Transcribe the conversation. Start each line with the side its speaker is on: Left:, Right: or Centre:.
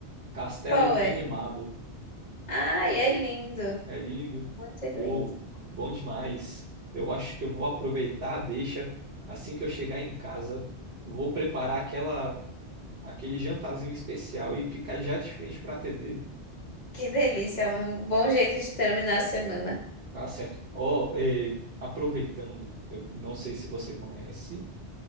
Right: Castelo
Left: Qual
Right: animado.
Left: é? Ai, é lindo,
Right: É lindo.
Left: muito
Right: Pô,
Left: lindo.
Right: bom demais. Eu acho que eu vou aproveitar a deixa. Assim que eu chegar em casa, vou preparar aquela, aquele jantarzinho especial e ficar já de frente para a TV.
Left: Que delícia, é um bom jeito de terminar a semana.
Right: Tá certo. Ó, eh, aproveitando, eu não sei se você conhece,